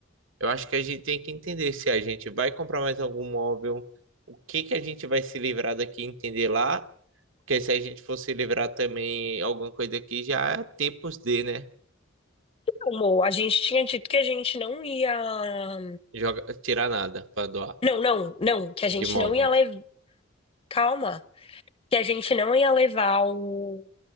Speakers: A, on the right; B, on the left.
A: eu acho que a gente tem que entender se a gente vai comprar mais algum móvel, o que que a gente vai se livrar daqui, entender lá Porque se a gente fosse livrar também alguma coisa aqui, já é tempos de, né?
B: Não, Mo, a gente tinha dito que a gente não ia.
A: Joga, tirar nada pra doar
B: Não, não, não, que a
A: de
B: gente
A: imóvel.
B: não ia levar. Calma, que a gente não ia levar o...